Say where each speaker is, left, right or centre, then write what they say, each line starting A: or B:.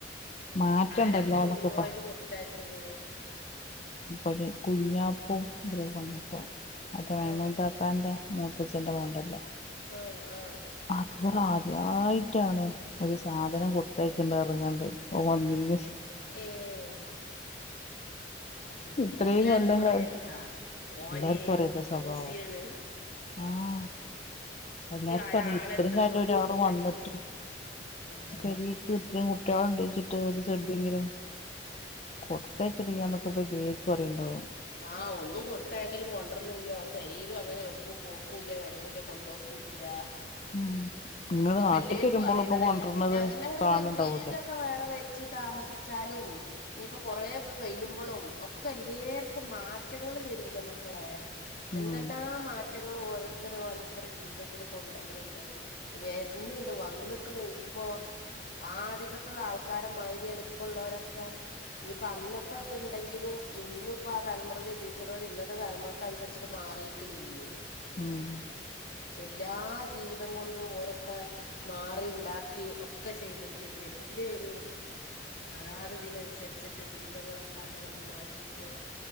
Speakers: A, on the left (about 35°); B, on the left (about 55°).
A: മാറ്റണ്ടല്ലോന്നൊക്കപ്പ
B: ആരെട്ത്ത ഒലിവ് ഓയില് കൊടുത്തയച്ചത്
A: ഒരു കുഞ്ഞാപ്പൂ വന്നപ്പോ അത് മൈമൂന
B: ആഹ്
A: താത്ത പ്പാൻ്റെ മൂത്തച്ഛൻ്റെ മോണ്ടല്ലോ
B: ആഹ് ആഹ്
A: അക്ബർ ആദ്യയാ ആയിട്ടാണ് ഒരു സാധനം കൊടുത്തയക്കണ്ട് അറിഞ്ഞകാണ്ട് ഓൻ വന്നീന
B: ഏഹ് അഹ് ശരി എല്ലാർക്കും
A: ഇത്രയും കൊല്ലം
B: അറിയായ് ഓന്
A: എല്ലാർക്കും അറിയാത്ത സ്വഭാവോ
B: ഓസിയണ്ന്ന്
A: ആഹ് എല്ലാർക്കും
B: ഒരാളെട്ത്തൊരു
A: അറി ഇത്ര അവിടെ
B: മൊതല് കൊടുത്തയക്കൂല
A: വന്നിട്ട്
B: ആഹ്
A: പെരിക്ക് ഇക് ഇത്ര കുട്ടിയാള്ണ്ട്ച്ചിട്ട് ഒരു സെഡിയെങ്കിലും കൊടുത്തേക്ക്നില്ല ന്ന് പ്പോ എല്ലാർക്കും അറിയല്ലോ
B: ആഹ് ഒന്നും കൊടുത്തായക്കലും കൊണ്ടര് ലുല്ലാ ഓൻ പെരിലും അങ്ങനെ എടുക്കും പോക്കൂല്ല വരവൂല്ല കൊണ്ടവും കുല്ല്യാ
A: ഉം ഇങ്ങള്
B: അതൊക്കെ
A: നാട്ട്ക്ക്
B: പിള്ളേർക്കും
A: വരുമ്പളും
B: അറിണതല്ലേ
A: ഇപ്പൊ കൊണ്ടര്ണത്
B: പിന്നെ അതന്നെ പറഞ്ഞത്
A: കാണണ്ടാവല്ലോ
B: വീടൊ കുറെ വെച്ച് താമസിച്ചാലും ഇന്നിപ്പൊ കൊറേക്കെ കഴിയുമ്പളും ഒക്കെ ഇല്ലേ ഒക്കെ മാറ്റങ്ങള് വരൂല്ല മക്കളെ
A: ഉം
B: എന്തെല്ലാം മാറ്റ റ്റങ്ങൾ ഓരോരുത്തര് ഓരോരുത്തരെ ജീവിതത്തിൽ കൊണ്ടര്ൺണ്ട് വെരിണിണ്ട് വന്ന്ക്ണ് ഇപ്പൊ ആദികത്തത് ആൾക്കാരമാരിയാണ് ഇപ്പള്ളോരൊക്കെ ഞ്ഞിപ്പ അന്നത്തെ ഇത്ണ്ടെങ്കിലും ഇന്നും ഇപ്പൊ ആഹ് തലമുറക്ക് ജീവിച്ച് ണോല് ഇന്നത്തെ തലമുറക്ക് അനുസരിച്ചിട്ട് മാറിക്ക്ണില്ലേ
A: ആഹ്
B: എല്ലാ ജീവിതം കൊണ്ടും ഓലൊക്കെ മാറി ഇണ്ടാക്കി ഒക്കെ ചെയ്ത്ക്ണ് ല്ലേ എല്ലേരും അതാ അത് ഇതിനനുസരിച്ചിട്ട് ജീവിതങ്ങളൊക്കൊ അങ്ങണ്ടും ഇങ്ങണ്ടും മാറ്റീട്ടും